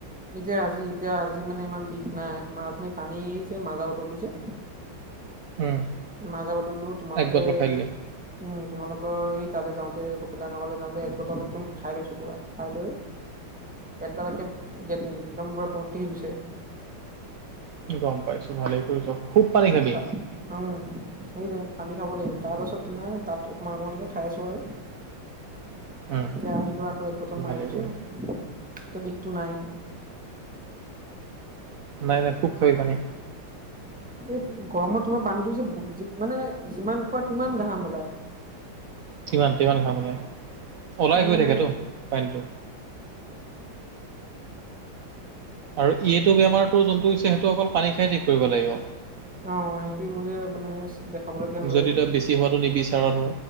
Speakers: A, in the centre; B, on the right (about 80°).
A: এতিয়া আজি এতিয়া আজি মানে ইমান বিষ নাই, তোমাৰ অথনি পানী এই মাজা বতলটো যে
B: উম
A: মাজা বতলটো তোমালোকে
B: এক বটল খাই দিলে
A: উম, তোমালোকে এই তালৈ যাওঁতে কপিলা নগৰলৈ যাওঁতে এক বটল একদম খাই লৈছোঁ পুৰা, খাই লৈ পেটডাল একে পোৰা একদম ভৰ্তি হৈ গৈছে।
B: গম পাইছোঁ, ভালেই কৰিছ। খুব পানী খাবি
A: তা উম, সেই পানী খাব লাগিব, তাৰপাছত তোমাৰ তাত অকণমান অকণমানকে খাই আছোঁ আৰু।
B: উম,
A: এতিয়া আহিলোঁ আকৌ এক বতল
B: ভালেই
A: মাৰি দিছোঁ,
B: কৰিছ
A: এতিয়া বিষটো নাই।
B: নাই নাই, খুব খাবি পানী?
A: এই গৰমত তোমাৰ পানীটো যে মানে যিমান খোৱা তিমান ঘাম ওলায়।
B: সিমান তিমান খামে, ওলাই গৈ
A: মানে
B: থাকতো পানীটো। আৰু এইটো বেমাৰটো যোনটো হৈছে, সেইটো অকল পানী খাই ঠিক কৰিব লাগিব।
A: অ' এইটোৱে মোৰ যে মানে দেখাবলগীয়া হৈ
B: যদি
A: আছে,
B: তই
A: এই
B: বেছি হোৱাটো নিবিচাৰ ধৰ